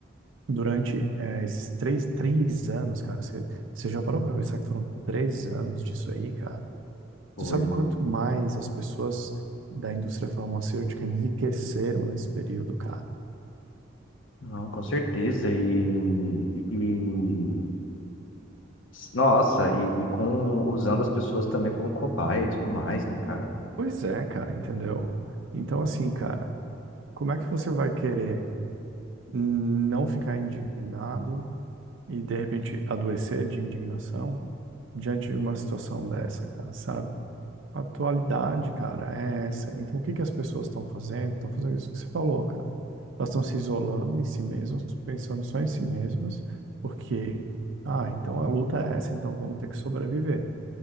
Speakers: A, on the right; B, on the left.
A: Durante, é, esses três, três anos, cara, você você já parou para pensar que foram três anos disso aí, cara?
B: Foi.
A: Tu sabe quanto mais as pessoas da indústria farmacêutica enriqueceram nesse período, cara?
B: Não, com certeza. E, e- e- nossa, e, e com usando as pessoas também como cobaia e tudo mais, né, cara?
A: Pois é, cara, entendeu? Então, assim, cara, como é que você vai querer não ficar indignado e, de repente, adoecer de indignação diante de uma situação dessa, cara, sabe? A atualidade, cara, é essa. Então, o que que as pessoas estão fazendo? Estão fazendo isso que você falou, cara. Elas estão se isolando em si mesmas, pensando só em si mesmas, porque, ah, então a luta é essa, então vamos ter que sobreviver.